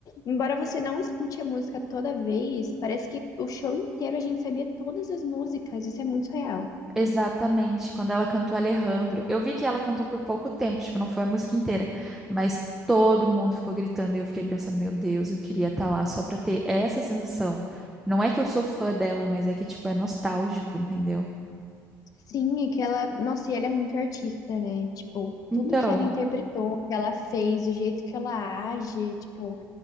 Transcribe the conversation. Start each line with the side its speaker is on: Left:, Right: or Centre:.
Left: embora você não escute a música toda vez, parece que o show inteiro a gente sabia todas as músicas, isso é muito real.
Centre: Exatamente, quando ela cantou Alejandro. Eu vi que ela cantou por pouco tempo, tipo, não foi a música inteira, mas todo mundo ficou gritando e eu fiquei pensando, meu Deus, eu queria estar lá só pra ter essa sensação. Não é que eu sou fã dela, mas é que, tipo, é nostálgico, entendeu?
Left: Sim, é que ela, nossa, e ela é muito artista, né? Tipo,
Centre: Então.
Left: tudo que ela interpretou, que ela fez, o jeito que ela age, tipo,